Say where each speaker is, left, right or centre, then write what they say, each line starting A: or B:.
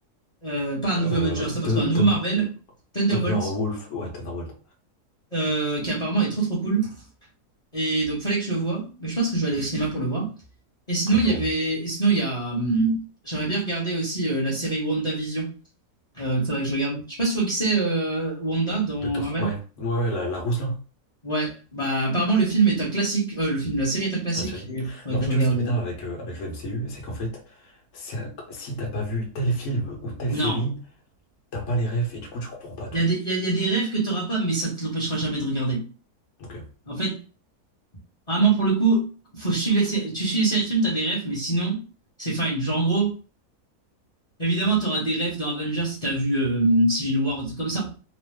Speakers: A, on the left; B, on the left.
A: Euh, pas un
B: Euh,
A: nouveau Avengers, n'importe
B: Thun-
A: quoi, un nouveau
B: Thun-
A: Marvel, Thunderbolt,
B: Thunderwolf, ouais, Thunderbolt.
A: euh, qui apparemment est trop trop cool. Et donc, fallait que je le voie. Mais je pense que je vais aller au cinéma pour le voir. Et sinon,
B: Après, il
A: il
B: faut.
A: y avait. et sinon, il y a. hum, J'aimerais bien regarder aussi euh, la série WandaVision. Euh, que faudrait que je regarde. Je sais pas si tu vois qui c'est euh, Wanda dans
B: Doctor...
A: Marvel.
B: S- Ouais, ouais, ouais, la, la rousse là,
A: Ouais, bah apparemment le film est un classique. Euh, le film, la série est un classique.
B: la série.
A: Et faudrait
B: Mais
A: que
B: en fait,
A: je
B: tu
A: regarde.
B: vois, ce qui
A: euh.
B: m'énerve avec, euh, avec le MCU, c'est qu'en fait, c'est un- si t'as pas vu tel film ou telle série,
A: Non,
B: t'as pas les refs et du coup, tu comprends pas tout.
A: Il y a des, il y a- il y a des rêves que tu n'auras pas, mais ça te l'empêchera jamais de regarder.
B: Ok,
A: En fait, vraiment, pour le coup, faut suivre les sé- tu suis les séries de films, tu as des rêves, mais sinon, c'est fine. Genre, en gros, évidemment, tu auras des rêves dans Avengers si tu as vu euh, Civil War ou des trucs comme ça.